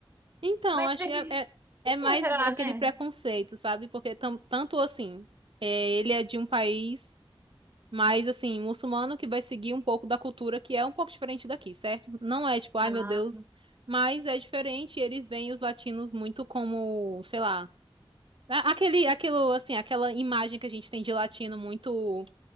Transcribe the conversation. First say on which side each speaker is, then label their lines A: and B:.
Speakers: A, on the right; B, on the right.
A: Então,
B: mas
A: acho
B: eles.
A: que é, é,
B: Por
A: é
B: que
A: mais
B: será,
A: aquele
B: né?
A: preconceito, sabe? Porque tam- tanto assim, é, ele é de um país mais assim, muçulmano que vai seguir um pouco da cultura que é um pouco diferente daqui, certo? Não é tipo, ai
B: Ah,
A: meu Deus, mas é diferente, eles veem os latinos muito como, sei lá, a- aquele, aquilo assim, aquela imagem que a gente tem de latino muito